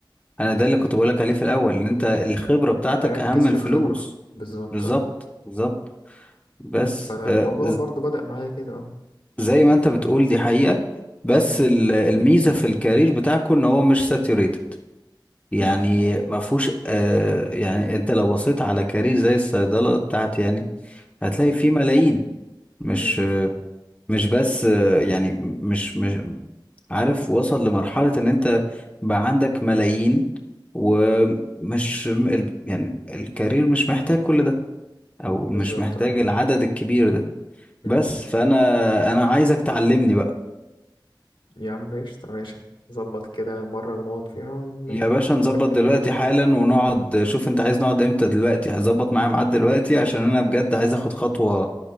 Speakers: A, on the left (about 15°); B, on the left (about 75°).
A: انا ده اللي كنت بقول لك عليه في الاول ان انت الخبرة بتاعتك
B: اركز
A: اهم من
B: في
A: الفلوس
B: الخبره بالظبط
A: بالظبط
B: اه
A: بالظبط بس
B: فالموضوع
A: آه، ز-
B: برضه بدا معايا كده اه
A: زي ما انت بتقول دي حقيقة بس
B: مم.
A: ال- الميزة في الكارير بتاعكم ان هو مش ساتيوريتد يعني
B: مم.
A: ما فيهوش آه يعني انت لو بصيت على كارير زي الصيدلة بتاعتي يعني هتلاقي فيه ملايين مش
B: مم.
A: مش بس آه، يعني مش مش عارف وصل لمرحلة ان انت بقى عندك ملايين ومش ال- يعني الكارير مش محتاج كل ده او
B: بالظبط
A: مش محتاج
B: اه
A: العدد الكبير ده
B: مم.
A: بس فانا انا عايزك تعلمني بقى
B: يا عم قشطة ماشي ظبط كده مرة ونقعد فيها ونوريك
A: يا باشا نظبط دلوقتي
B: الدنيا
A: حالا ونقعد شوف انت عايز نقعد امتى دلوقتي هظبط معايا ميعاد دلوقتي عشان انا بجد عايز اخد خطوة